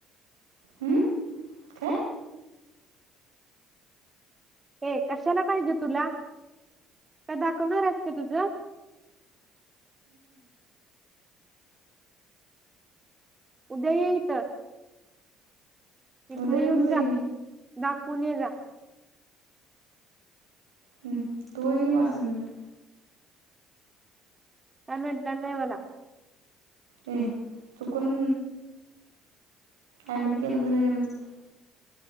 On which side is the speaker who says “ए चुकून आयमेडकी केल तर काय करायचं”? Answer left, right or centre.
Right